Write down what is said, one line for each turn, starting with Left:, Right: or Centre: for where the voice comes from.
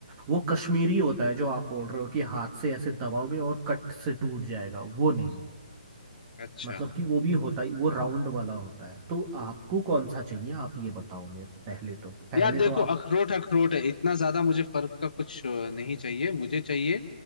Right: वो कश्मीरी होता है जो आप बोल रहे हो कि हाथ से ऐसे दबाओगे और कट से टूट जाएगा वो नहीं
Left: अच्छा
Right: मतलब कि वो भी होता है वो राउंड वाला होता है तो आपको कौन सा चाहिए आप ये बताओ मेरे को पहले तो पहले
Left: यार देखो
Right: तो आप
Left: अखरोट अखरोट है इतना ज्यादा मुझे फर्क का कुछ अ, नहीं चाहिए मुझे चाहिए